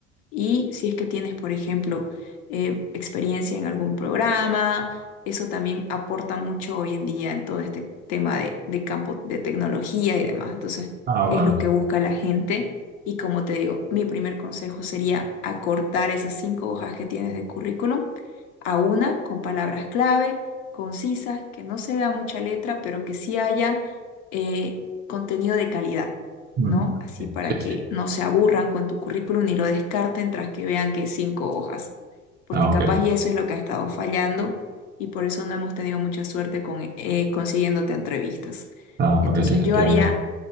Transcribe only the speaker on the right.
Ah,
vale.
mm,
Sí,
sí.
sí.
Ah,
ok.
Ah,
ok. Entiendo.